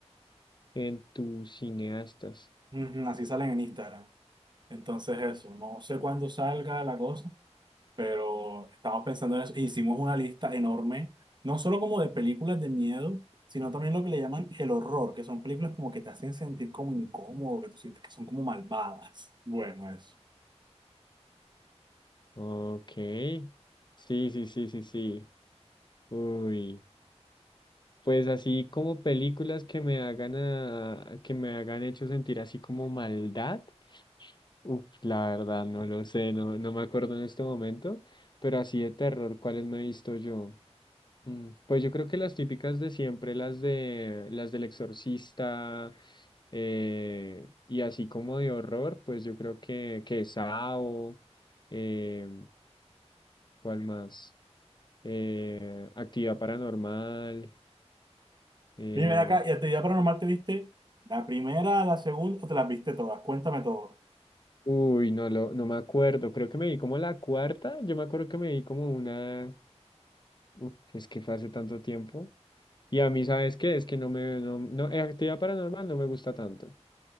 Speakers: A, on the left; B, on the right.
A: En tus cineastas.
B: Ujú, así salen en Instagram. Entonces eso, no sé cuándo salga la cosa, pero estamos pensando en eso. E Hicimos una lista enorme, no solo como de películas de miedo, sino también lo que le llaman el horror, que son películas como que te hacen sentir como incómodo, que tú sientes que son como malvadas. Bueno, eso.
A: Ok. Sí, sí, sí, sí, sí. Uy. Pues así como películas que me hagan a- que me hagan hecho sentir así como maldad. Uf, la verdad, no lo sé, no, no me acuerdo en este momento. Pero así de terror, ¿cuáles me he visto yo? Mm, Pues yo creo que las típicas de siempre, las de las del exorcista eh, y así como de horror, pues yo creo que, que Sao, eh, ¿cuál más? Eh, Actividad Paranormal. eh,
B: Bien, ven acá, y actividad paranormal te viste la primera, la segunda, o te las viste todas. Cuéntame todo.
A: uy, no, lo, no me acuerdo, creo que me vi como la cuarta, yo me acuerdo que me vi como una, uf, es que fue hace tanto tiempo. Y a mí, ¿sabes qué? Es que no me, no, no, eh, Actividad Paranormal no me gusta tanto.